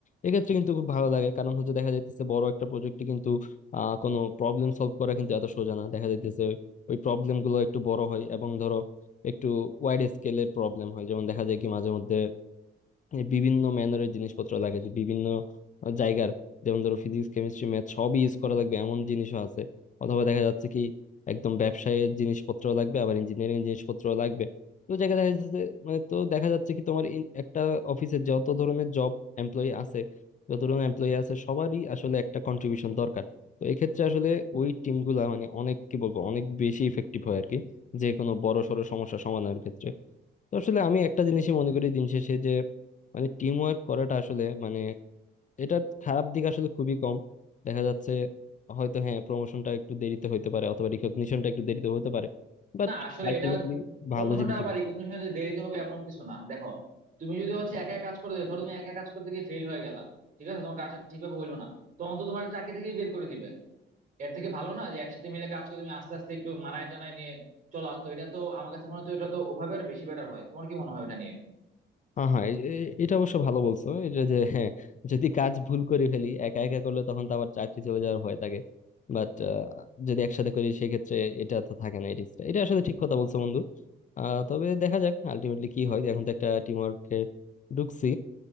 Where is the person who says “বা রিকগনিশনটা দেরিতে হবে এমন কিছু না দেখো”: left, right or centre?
Right